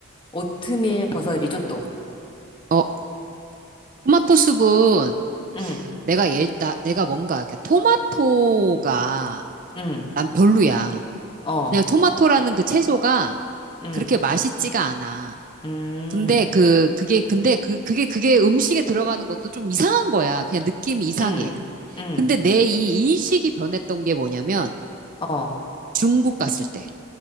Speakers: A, on the left; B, on the right.
A: 오트밀 버섯 리조또.
B: 어, 토마토 숲은
A: 응,
B: 내가 예, 나, 내가 뭔가, 이렇게 토마토가
A: 응,
B: 난 별로야.
A: 어,
B: 그냥 토마토라는 그 채소가
A: 응,
B: 그렇게 맛있지가 않아.
A: 음.
B: 근데 그 그게 근데 그 그게 그게 음식에 들어가는 것도 좀 이상한 거야. 그냥 느낌이 이상해.
A: 응, 응,
B: 근데 내 이 인식이 변했던 게 뭐냐면
A: 어,
B: 중국 갔을 때